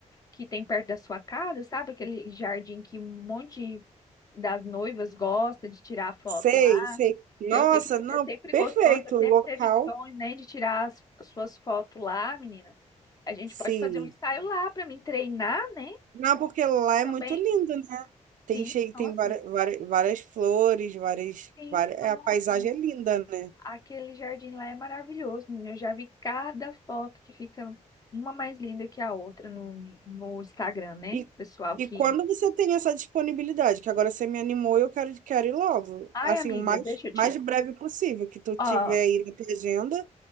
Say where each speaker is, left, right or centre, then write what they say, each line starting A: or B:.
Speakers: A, on the left; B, on the right.
A: que tem perto da sua casa, sabe? Aquele jardim que um monte de- das noivas gosta de tirar foto
B: Sei,
A: lá.
B: sei. Nossa,
A: Que eu sei que você
B: não,
A: sempre
B: perfeito
A: gostou, você sempre
B: o local.
A: teve sonho, né, de tirar as as suas fotos lá, menina. A gente
B: Sim.
A: pode fazer um ensaio lá para mim treinar, né?
B: Não, porque lá é
A: Também.
B: muito lindo, né? Tem
A: Sim,
B: cheio,
A: nossa.
B: tem várias, várias, várias flores, várias,
A: Sim,
B: várias,
A: nossa.
B: é, a paisagem é linda, né?
A: Aquele jardim lá é maravilhoso, menina. Eu já vi cada foto que fica uma mais linda que a outra no, no Instagram, né?
B: E,
A: Pessoal
B: e
A: que.
B: quando você tem essa disponibilidade, que agora você me animou, eu quero, quero ir logo.
A: Ai,
B: Assim,
A: amiga,
B: o mais,
A: deixa eu
B: mais
A: te.
B: breve possível, que tu
A: Ó,
B: tiver aí na tua agenda,